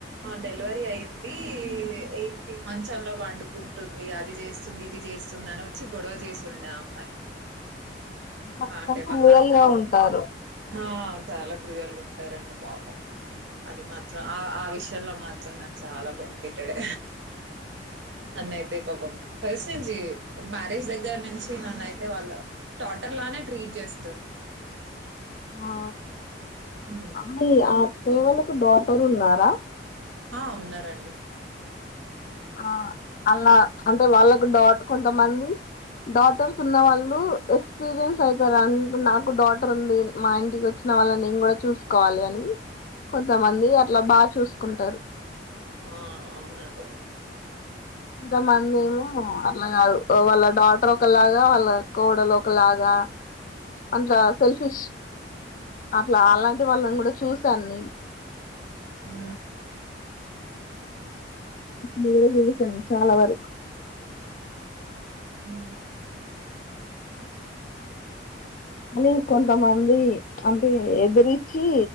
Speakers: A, on the right; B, on the left.
A: డెలివరీ అయ్యింది ఏంటి మంచంలో పండుకుంటుంది అది చేస్తుంది ఇది చేస్తుంది న్నా వచ్చి గొడవ చేస్తుండే ఆ అమ్మాయి
B: <unintelligible>
A: ఆ! అంటే వాళ్ళ
B: రియల్
A: అత్త.
B: గా ఉంటారు
A: ఆ! చాలా కృయల్ గా ఉంటారండి పాప అది మ ఆ ఆ విషయంలో మాత్రం నాకు చాలా బెనిపట్టాడే అన్నయితే ఓ ఓ ఫస్ట్ నుంచి మ్యారేజ్ దగ్గర నుంచి నన్ను అయితే వాళ్ళ డాటర్ లానే ట్రీట్ చేస్తారు
B: ఆ
A: హ్మ్.
B: అయి అత్తయ్య వాళ్లకు డోటర్ ఉన్నారా
A: ఆ ఉన్నారండి
B: ఆ అలా అంటే వాళ్ళకు డౌట్ కొంతమంది డాటర్స్ ఉన్న వాళ్ళు ఎక్స్పీరియన్స్ అయితరు అ నాకు డాటర్ ఉంది మా ఇంటికి వచ్చి వాళ్ళ నేను కూడా చూసుకోవాలి అని కొంతమంది అట్లా బాగా చూసుకుంటారు
A: ఆ! అవునండి.
B: అంతమంది ఏమో అట్లా కాదు వాళ్ళ డాటర్ ఒకలాగా వాళ్ళ కోడలు లాగా అంత అట్ సెల్ఫిష్ అట్లా అలాంటి వాళ్ళని కూడా చూశాను నేను
A: ఉ
B: కూడా చూశాను చాలా వరకు
A: ఉ
B: అని కొంతమంది అంటే ఎదురిచ్చి